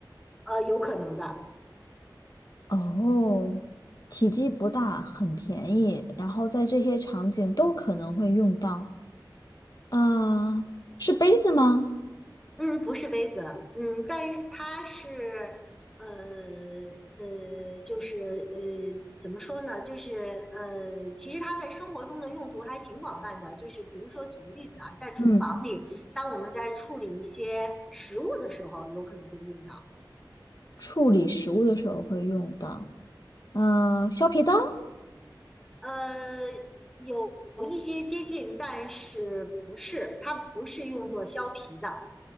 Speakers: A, in the centre; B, on the left.
A: 呃，有可能的。
B: 哦，体积不大，很便宜，然后在这些场景都可能会用到。呃，是杯子吗？
A: 嗯，不是杯子，嗯，但是它是，呃呃，就是呃，怎么说呢？就是呃，其实它在生活中的用途还挺广泛的。就是比如说，举个例子啊，在厨房里，
B: 嗯，
A: 当我们在处理一些食物的时候，有可能会用到。
B: 处理食物的时候会用到。呃，削皮刀，
A: 呃，有一些接近，但是不是，它不是用作削皮的。